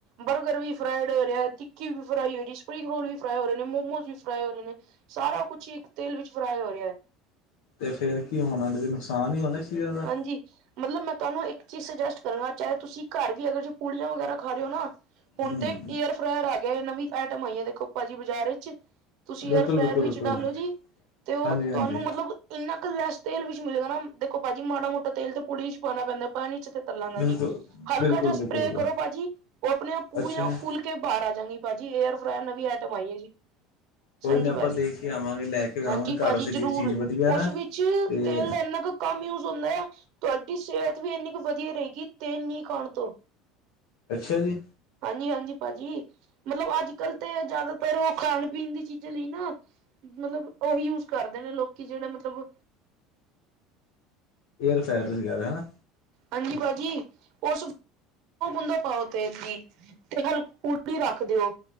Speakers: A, on the right; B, on the left.
A: ਬਰਗਰ ਵੀ ਫਰਾਈਡ ਹੋ ਰਿਹਾ ਟਿਕੀ ਵੀ ਫਰਾਈ ਹੋ ਰਹੀ ਸਪਰਿੰਗ ਰੋਲ ਵੀ ਫਰਾ ਹੋ ਰਹੇ ਨੇ ਮੋਮੋਸ ਵੀ ਫਰਾਈ ਹੋ ਰਹੇ ਨੇ ਸਾਰਾ ਕੁਛ ਹੀ ਇੱਕ ਤੇਲ ਵਿੱਚ ਫਰਾਈ ਹੋ ਰਿਹਾ ਹੈ।
B: ਤੇ ਫਿਰ ਕੀ ਹੋਣਾ ਨੁਕਸਾਨ ਹੀ ਹੋਣਾ ਚੀਜ਼ਾਂ ਦਾ
A: ਹਾਂਜੀ ਮਤਲਬ ਮੈਂ ਤੁਹਾਨੂੰ ਇੱਕ ਚੀਜ਼ ਸੁਜੈਸਟ ਕਰਾਂਗਾ ਚਾਹੇ ਤੁਸੀਂ ਘਰ ਵੀ ਅਗਰ ਪੂੜੀਆਂ ਵਗੈਰਾ ਖਾ ਰਹੇ ਹੋ ਨਾ ਹੁਣ
B: ਹੂੰ
A: ਤੇ ਏਅਰ ਫਾ੍ਰਯਰ ਆ ਗਿਆ ਨਵੀਂ ਆਈਟਮ ਆਈ ਹੈ ਦੇਖੋ ਭਾਜੀ ਬਾਜ਼ਾਰ ਵਿੱਚ ਤੁਸੀਂ
B: ਬਿਲਕੁਲ
A: ਏਅਰ ਫ੍ਰਾਇਰ
B: ਬਿਲਕੁਲ
A: ਵਿੱਚ
B: ਬਿਲਕੁਲ
A: ਡਲੋ ਜੀ ਤੇ ਉਹ
B: ਹਾਂਜੀ ਹਾਂਜੀ
A: ਤੁਹਾਨੂੰ ਮਤਲਬ ਇੰਨਾ ਕੁ ਲੈਸ ਤੇਲ ਵਿੱਚ ਮਿਲੇਗਾ ਨਾ ਦੇਖੋ ਭਾਜੀ ਮਾੜਾ ਮੋਟਾ ਤੇਲ ਤੇ ਪੁੜੀ ਚ ਪਾਉਣਾ ਪੈਂਦਾ ਪਾਣੀ ਚ ਤੇ ਤਲਾਂਗਾ
B: ਬਿਲਕੁਲ
A: ਨੀ ਹਲਕਾ
B: ਬਿਲਕੁਲ
A: ਜਿ
B: ਬਿਲਕੁਲ
A: ਸਪਰੇਅ ਕਰੋ ਭਾਜੀ ਉਹ ਆਪਣੀਆਂ ਪੂਰੀਆਂ
B: ਅੱਛਾ ਜੀ
A: ਫੁੱਲ ਕੇ ਬਾਹਰ ਆ ਜਾਂਗੀ ਭਾਜੀ ਏਅਰ ਫਰਾਈ ਨਵੀ ਆਈਟਮ ਆਈ ਹੈ ਜੀ
B: ਕੋਈ
A: ਹਾਂਜੀ
B: ਨਾ ਆਪਾਂ
A: ਭਾਜੀ
B: ਦੇਖ ਕੇ ਆਵਾਂਗੇ ਲੈ ਕੇ
A: ਹਾਂਜੀ
B: ਆਵਾਂਗੇ
A: ਭਾਜੀ
B: ਘਰ ਅਸੀਂ
A: ਜ਼ਰੂਰ
B: ਜੇ ਚੀਜ਼ ਵਧੀਆ ਨਾ
A: ਉਸ ਵਿੱਚ
B: ਤੇ
A: ਤੇਲ ਦਾ ਇੰਨਾ ਕੁ ਕੰਮ ਯੂਜ ਹੁੰਦਾ ਆ ਤੁਹਾਡੀ ਸਿਹਤ ਵੀ ਇੰਨੀ ਕੁ ਵਧੀਆ ਰਹੇਗੀ ਤੇਲ ਨੀ ਖਾਣ ਤੋਂ <inaudible>
B: ਅੱਛਾ ਜੀ
A: ਹਾਂਜੀ- ਹਾਂਜੀ ਭਾਜੀ ਮਤਲਬ ਅੱਜ ਕੱਲ ਤੇ ਜ਼ਿਆਦਾਤਰ ਉਹ ਖਾਣ ਪੀਣ ਦੀ ਚੀਜ਼ਾਂ ਲਈ ਨਾ ਮਤਲਬ ਉਹੀ ਯੂਜ ਕਰਦੇ ਨੇ ਲੋਕੀ ਜਿਹੜੇ ਮਤਲਬ
B: ਏਅਰ ਫਾਇਅਰ ਗੱਲ ਹਨਾ
A: ਹਾਂਜੀ ਭਾਜੀ ਉਸ ਦੋ ਬੂੰਦਾ ਪਾਓ ਤੇ ਜੀ ਹਲੀ ਉਲਟੀ ਰੱਖ ਦਿਓ